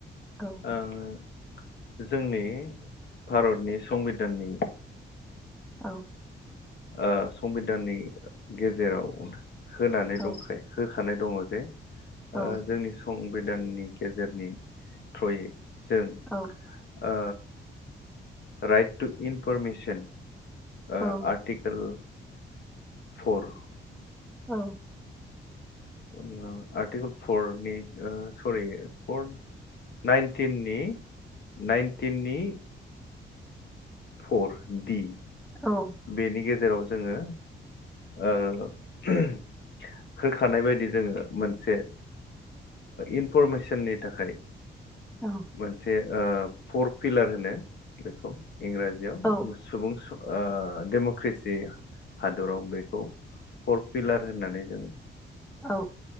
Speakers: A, in the centre; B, on the left.
A: औ
B: आङो जोंनि भारतनि संबिधाननि
A: औ।
B: ओ संबिधाननि गेजेराव होनानै
A: औ
B: दंखायो हो खानाय दङ जे
A: औ
B: ओ जोंनि सं गोदाननि गेजेरनि थ्रयै जों
A: औ
B: ओ राइट टु इनफरमेसन ओ
A: औ
B: आर्टिकोल फर‌।
A: औ।
B: <unintelligible> आर्टिकोल फरनि ओ सरि फर नाइनटिननि नाइनटिननि फर, दि।
A: औ
B: बेनि गेजेराव जोङो ओ <unintelligible> होखानाय बायदि जोङो मोनसे इनफरमेसननि थाखाय।
A: औ
B: मोनसे ओ फर फुइलार होनो। बेखौ इंराजियाव
A: औ
B: सुबुं स ओ डेम'क्रेसि हादराव बेखौ फर पिलार होननानै जों
A: औ।